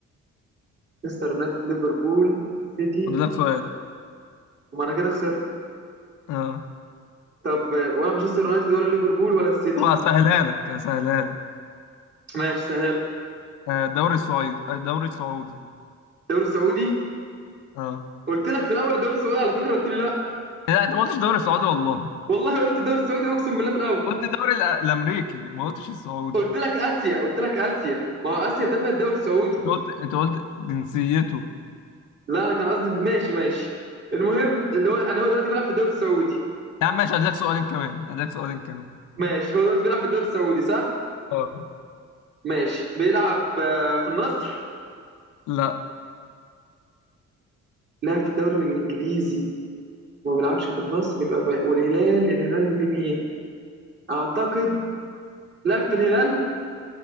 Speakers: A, on the right (about 35°); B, on the left (about 85°).
A: مانشستر يونايتد ليفربول السيتي
B: فاضل لك سؤال
A: وما انا كده خسرت
B: اه
A: طب آه، ولا مانشستر يونايتد ولا ليفربول ولا السيتي
B: طبعا هسهلها لك هسهلها لك
A: ماشي سهل
B: آه، الدوري السعودي الدوري السعودي
A: الدوري السعودي
B: اه
A: قلت لك في الاول الدوري السعودي على فكره قلت لي لا
B: لا انت ما قلتش الدوري السعودي والله
A: والله قلت الدوري السعودي اقسم بالله في الاول
B: قلت الدوري الأ- الامريكي ما قلتش السعودي
A: قلت لك اسيا قلت لك اسيا ما هو اسيا دفع الدوري السعودي
B: انت قلت انت قلت جنسيته
A: لا انا كان قصدي ماشي ماشي المهم اللي هو انا هو دلوقتي بيلعب في الدوري السعودي
B: يا عم ماشي هديلك سؤالين كمان هديلك سؤالين كمان
A: ماشي هو دلوقتي بيلعب في الدوري السعودي صح
B: اه
A: ماشي بيلعب آه، في النصر
B: لا
A: لعب في الدوري الانجليزي ما بيلعبش في النصر يبقى بقى. والهلال الهلال في مين اعتقد لعب في الهلال